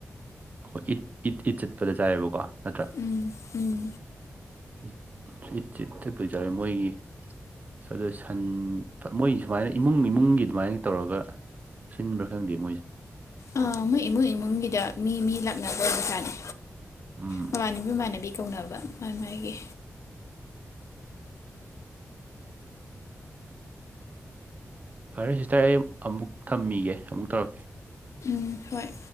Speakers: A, on the right (about 30°); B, on the left (about 70°).
A: ꯑꯩꯈꯣꯏ ꯏꯠ ꯏꯠ ꯏꯠ ꯆꯠꯄꯗ ꯆꯥꯏꯌꯦꯕꯀꯣ ꯅꯠꯇ꯭ꯔꯥ
B: ꯎꯝ ꯎꯝ
A: ꯏꯠ ꯏꯠꯁꯦ ꯆꯠꯄꯨꯗꯤ ꯆꯠꯂꯦ ꯃꯣꯏꯒꯤ ꯑꯗꯣ ꯁꯟ ꯃꯣꯏ ꯁꯨꯃꯥꯏꯅ ꯏꯃꯨꯡ ꯏꯃꯨꯡꯒꯤ ꯑꯗꯨꯃꯥꯏꯅ ꯇꯧꯔꯒ ꯁꯤꯟꯕ꯭ꯔꯥ ꯈꯪꯗꯦ ꯃꯣꯏꯁꯦ
B: ꯑ ꯃꯣꯏ ꯏꯃꯨꯡ ꯏꯃꯨꯡꯒꯤꯗ ꯃꯤ ꯃꯤ ꯂꯥꯛꯅꯕ ꯑꯣꯏꯕꯖꯥꯠꯅꯦ
A: ꯎꯝ
B: ꯃꯃꯥꯟꯅꯕꯤ ꯃꯃꯥꯟꯅꯕꯤ ꯇꯧꯅꯕ ꯃꯥꯥꯏ ꯃꯥꯥꯏꯒꯤ
A: ꯐꯔꯦ ꯁꯤꯁꯇꯔ ꯑꯩ ꯑꯃꯨꯛ ꯊꯝꯃꯤꯒꯦ ꯑꯃꯨꯛ ꯇꯧꯔꯛꯀꯦ
B: ꯎꯝ ꯍꯣꯏ